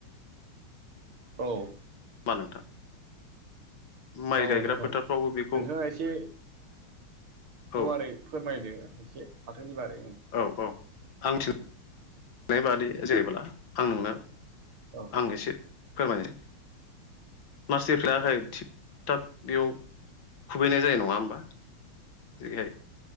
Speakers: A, on the right; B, on the left.
A: औ
B: मा नोंथां माइ
A: औ
B: गायग्रा
A: नोंथां
B: फोथारफ्रावबो बेखौ
A: नोंथाङा एसे गुवारै
B: औ
A: फोरमायदो एसे फाथोनि बारै
B: औ औ आंसो
A: उम
B: नाय बादि जेब्ला आं नोंनो
A: औ
B: आं एसे फोरमायसै मार्च एप्रिला
A: औ
B: थिग थाब बेयाव खुबैनाय जानाय नङा होमबा- जेरैहाय